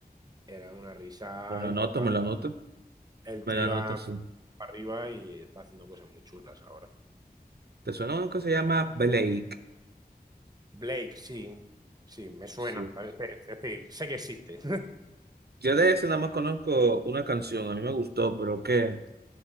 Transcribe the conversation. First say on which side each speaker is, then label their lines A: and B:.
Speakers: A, on the right; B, on the right.
A: era una risa
B: Me lo
A: importante.
B: anoto, me lo anoto.
A: El
B: Me
A: tío
B: lo anoto,
A: para
B: sí.
A: arriba y está haciendo cosas muy chulas ahora.
B: ¿Te suena uno que se llama Blake?
A: Blake, sí, sí, me suena.
B: Sí.
A: también Es decir, sé que existe.
B: Yo de ese nada más conozco una canción, a mí me gustó, pero ¿qué?